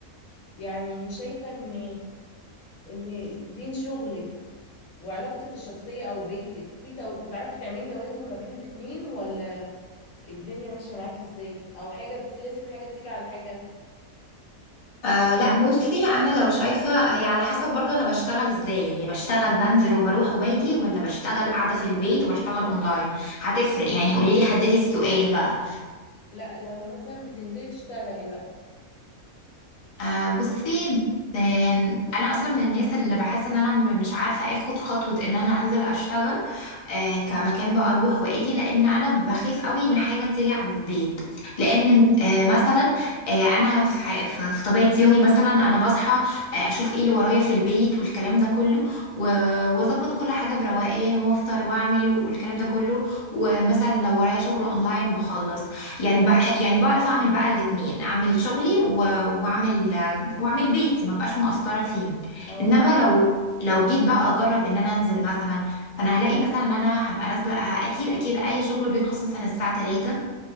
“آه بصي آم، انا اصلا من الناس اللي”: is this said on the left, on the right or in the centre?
Left